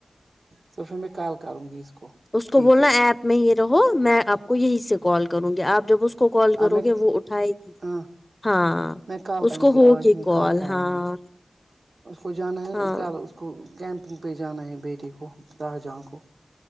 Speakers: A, on the right; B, on the left.
A: دو پھر میں کال کروں گی اس کو
B: اس کو
A: ٹھیک
B: بولنا
A: ہے
B: ایپ میں یہ رہو میں آپ کو یہی سے کال کروں گی آپ جب اس کو کال کرو
A: اب میں
B: گے وہ اٹھائے گی
A: ہاں
B: ہاں
A: میں کال
B: اس
A: کروں
B: کو
A: گی
B: ہوگی
A: آج نہیں
B: کال
A: کروں
B: ہاں
A: گی اس کو جانا ہے
B: ہاں
A: ک اس کو کیمپنگ پہ جانا ہے بیٹے کو شاہجہاں کو